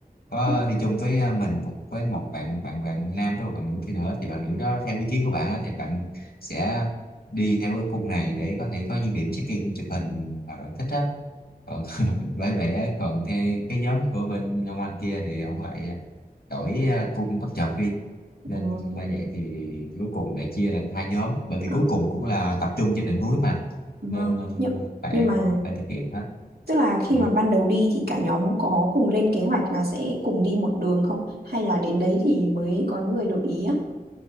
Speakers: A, on the left (about 75°); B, on the right (about 90°).
A: có
B: Ờ,
A: đi chung với à, mình một với một bạn bạn bạn nam với một bạn nữ kia nữa thì bạn nữ đó theo ý kiến của bạn á, thì bạn sẽ đi theo cái khung này để có thể có những điểm check-in chụp hình mà bạn thích á còn <laughs> bởi vậy á còn theo cái nhóm của bên ông anh kia thì ông lại đổi à, cung bất chợt đi nên
B: ờ.
A: đã vậy thì cuối cùng để chia thành hai nhóm bởi vì
B: ờ.
A: cuối cùng cũng là tập trung trên đỉnh núi mà
B: Vâng.
A: nên, nên
B: Nhưng,
A: phải
B: nhưng mà
A: phải thực hiện hết
B: tức là khi
A: Ừ.
B: mà ban đầu đi thì cả nhóm có cùng lên kế hoạch là sẽ cùng đi một đường không? Hay là đến đấy thì mới có người đổi ý á?